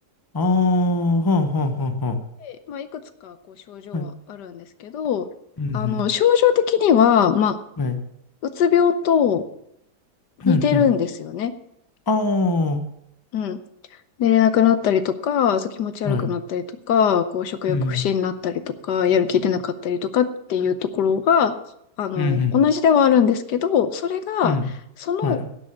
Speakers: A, on the left; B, on the left.
A: ああ、はあはあはあは
B: で、まあ、いくつか、こう、症状はあるんですけど、
A: あ。はい。うんうん。
B: あの、症状的には、まあ、
A: はい。
B: うつ病と似てるんですよね。
A: うん、うん。あ
B: うん寝れなくなったりとか、そう気持ち悪くなったりとか、
A: あ、はい。
B: こう食欲不振になったりとか、
A: うん、
B: やる気出なかったりとかっていうところが、あの、
A: うん、
B: 同じではあるんですけど、それが、
A: うん、
B: その
A: うん。はい。